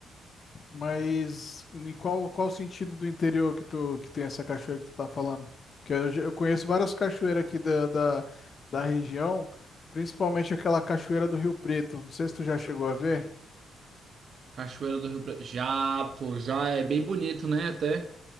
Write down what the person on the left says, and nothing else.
Mas em qual, qual sentido do interior que tu que tem essa cachoeira que tu tá falando? Que eu, já- eu conheço várias cachoeiras aqui da, da, da região, principalmente aquela cachoeira do Rio Preto. Não sei se tu já chegou a ver.